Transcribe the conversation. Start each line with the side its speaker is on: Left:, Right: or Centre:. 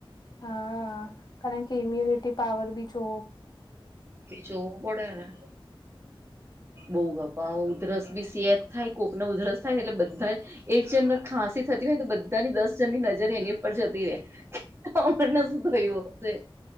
Left: હા કારણ કે ઇમ્યુનિટી પાવર બી છો
Right: ચોડ એટલે બહુ બાપા ઉધરસ બી સત થાય કોક ના ઉધરસ થાય ને એટલે બધા એક જન ખાંસી થતી હોય ને તો બધાની દસ જનની નજર એની ઉપર જતી હોય અણને શધોયું છે